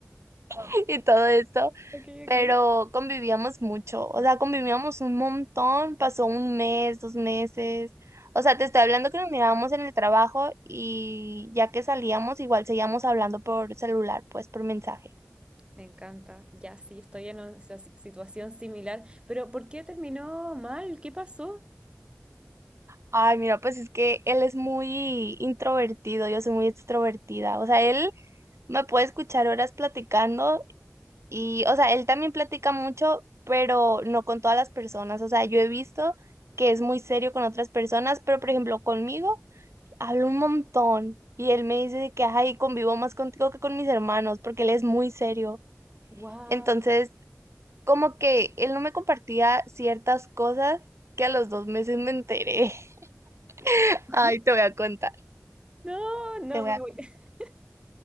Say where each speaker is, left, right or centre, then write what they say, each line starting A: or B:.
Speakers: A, on the right; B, on the right.
A: <laughs> y todo esto,
B: Ok,
A: pero
B: ok.
A: convivíamos mucho, o sea, convivíamos un montón, pasó un mes, dos meses. O sea, te estoy hablando que nos mirábamos en el trabajo y ya que salíamos, igual seguíamos hablando por celular, pues por mensaje.
B: Me encanta. Ya sí, estoy en una situa- situación similar, pero ¿por qué terminó mal? ¿Qué pasó?
A: Ay, mira, pues es que él es muy introvertido, yo soy muy extrovertida. O sea, él me puede escuchar horas platicando y, o sea, él también platica mucho, pero no con todas las personas. O sea, yo he visto que es muy serio con otras personas, pero por ejemplo, conmigo habla un montón y él me dice de que, ay, convivo más contigo que con mis hermanos, porque él es muy serio.
B: Wow.
A: Entonces, como que él no me compartía ciertas cosas que a los dos meses me enteré. <laughs>
B: <gasps>
A: Ay, te voy a contar,
B: No, no
A: te voy
B: me
A: a
B: voy.
A: contar.
B: <laughs>